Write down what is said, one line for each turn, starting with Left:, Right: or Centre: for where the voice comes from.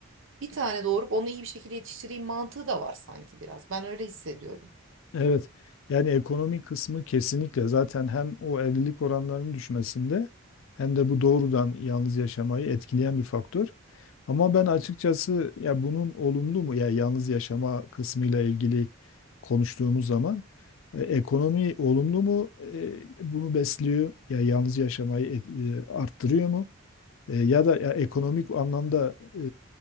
Right: bir tane doğurup onu iyi bir şekilde yetiştireyim mantığı da var sanki biraz. Ben öyle hissediyorum.
Left: Evet. Yani ekonomi kısmı kesinlikle zaten hem o evlilik oranlarının düşmesinde hem de bu doğrudan yalnız yaşamayı etkileyen bir faktör. Ama ben açıkçası ya bunun olumlu mu ya yalnız yaşama kısmıyla ilgili konuştuğumuz zaman e, ekonomi olumlu mu E, bunu besliyor ya yalnız yaşamayı et- e, arttırıyor mu E, ya da ya ekonomik anlamda e,